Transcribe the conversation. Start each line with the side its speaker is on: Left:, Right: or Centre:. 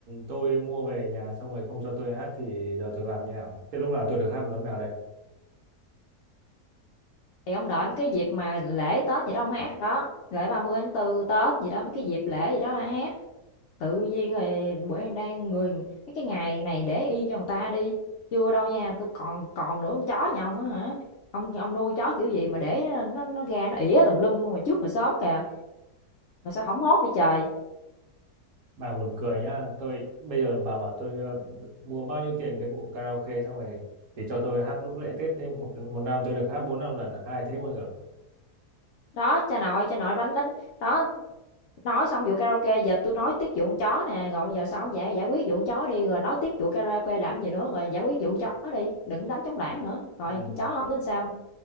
Right: tôi mua về nhà xong rồi không cho tôi hát thì giờ tôi làm như nào thế lúc nào tôi được hát là lúc nào đây
Left: thì ông đợi mấy cái dịp mà lễ Tết gì đó ông hát đó, lễ ba mươi tháng tư Tết gì đó, mấy cái dịp lễ gì đó ông hát. Tự nhiên rồi bữa đang đang người mấy cái ngày này để yên cho người ta đi. Chưa đâu nha, tôi còn còn nữa con chó nhà ông á hả? Ông ông nuôi chó kiểu gì mà để nó nó ra nó ỉa tùm lum ngoài trước mà sớm kìa, rồi sao hổng hốt đi trời.
Right: bà buồn cười nhá tôi bây giờ bà bảo tôi ờ, mua bao nhiêu tiền cái bộ karaoke xong rồi thì cho tôi hát lúc lễ Tết thế một một năm tôi được hát bốn năm lần à? ai thế bao giờ
Left: Đó, cha nội, cha nội đánh đánh đó, nói xong vụ karaoke giờ tôi nói tiếp vụ con chó nè, rồi giờ sao không giải giải quyết vụ con chó đi rồi nói tiếp vụ karaoke làm gì nữa, rồi giải quyết vụ con chó đi, đừng đánh trống lảng nữa. Rồi
Right: ừ.
Left: con chó ông tính sao?